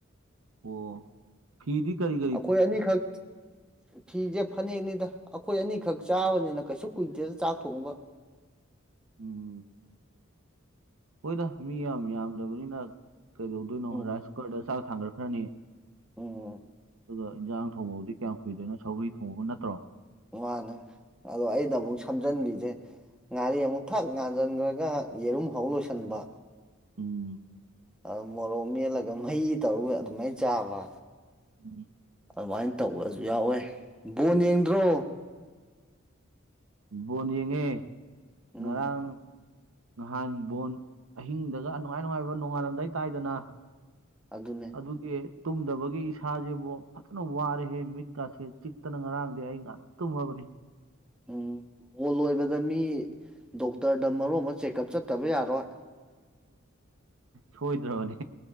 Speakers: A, on the right; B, in the centre.
A: ꯑꯣ ꯐꯤꯗꯤ ꯀꯔꯤꯒ
B: ꯑꯩꯈꯣꯏ ꯑꯅꯤꯈꯛ ꯐꯤꯁꯦ ꯐꯅꯦꯛꯅꯤꯗ ꯑꯩꯈꯣꯏ ꯑꯅꯤꯈꯛ ꯆꯥꯕꯅꯤꯅ ꯀꯩꯁꯨ ꯀꯨꯏꯗꯦꯗ ꯆꯥꯛ ꯊꯣꯡꯕ
A: ꯎꯝ ꯍꯣꯏꯗ ꯃꯤ ꯌꯥꯝ ꯌꯥꯝꯗ꯭ꯔꯕꯅꯤꯅ ꯀꯩꯗꯧꯗꯣꯏꯅꯣ
B: ꯎꯝ
A: ꯔꯥꯏꯁ ꯀꯨꯀꯔꯗ ꯆꯥꯛ ꯊꯥꯡꯒꯠꯈ꯭ꯔꯅꯤ
B: ꯎꯝ
A: ꯑꯗꯣ ꯏꯟꯖꯥꯡ ꯊꯣꯡꯕꯕꯨꯗꯤ ꯀꯌꯥꯝ ꯀꯨꯏꯗꯣꯏꯅꯣ ꯁꯧꯒꯔꯤ ꯊꯣꯡꯕꯕꯨ ꯅꯠꯇ꯭ꯔꯣ
B: ꯃꯥꯅꯦ ꯑꯗꯣ ꯑꯩꯗ ꯑꯃꯨꯛ ꯁꯝꯖꯟꯒꯤꯁꯦ ꯉꯥꯔꯤ ꯑꯃꯨꯛ ꯊꯛ ꯉꯥꯟꯁꯤꯟꯈ꯭ꯔꯒ ꯌꯦꯔꯨꯝ ꯍꯧ ꯂꯣꯏꯁꯤꯟꯕ
A: ꯑꯣꯝ
B: ꯑ ꯃꯣꯔꯣꯛ ꯃꯦꯠꯂꯒ ꯃꯍꯤ ꯇꯧꯔꯒ ꯑꯗꯨꯃꯥꯏꯅ ꯆꯥꯕ꯫
A: ꯎꯝ꯫
B: ꯑꯗꯨꯃꯥꯏꯅ ꯇꯧꯕꯁꯨ ꯌꯥꯎꯋꯦ ꯕꯣꯟ ꯌꯦꯡꯗ꯭ꯔꯣ꯫
A: ꯕꯣꯟ ꯌꯦꯡꯉꯦ
B: ꯎꯝ
A: ꯉꯔꯥꯡ꯫ ꯅꯍꯥꯟ ꯕꯣꯟ ꯑꯍꯤꯡꯗꯒ ꯅꯨꯡꯉꯥꯏ ꯅꯨꯡꯉꯥꯏꯕ ꯅꯣꯡꯉꯥꯜꯂꯝꯗꯥꯏ ꯇꯥꯏꯗꯅ꯫
B: ꯑꯗꯨꯅꯦ꯫
A: ꯑꯗꯨꯒꯤ ꯇꯨꯝꯗꯕꯒꯤ ꯏꯁꯥꯁꯦꯕꯨ ꯐꯖꯅ ꯋꯥꯔꯦꯍꯦ ꯃꯤꯠ ꯀꯥꯥꯁꯦ ꯆꯤꯛꯇꯅ ꯉꯔꯥꯡꯗꯤꯦ ꯑꯩ ꯇꯨꯝꯃꯕꯅꯤ꯫
B: ꯎꯝ ꯕꯣꯜ ꯂꯣꯏꯕꯗ ꯃꯤ ꯗꯣꯛꯇꯔꯗ ꯃꯔꯨꯞ ꯑꯃ ꯆꯦꯛꯑꯞ ꯆꯠꯇꯕ ꯌꯥꯔꯣꯏ꯫
A: ꯁꯣꯏꯗ꯭ꯔꯕꯅꯤ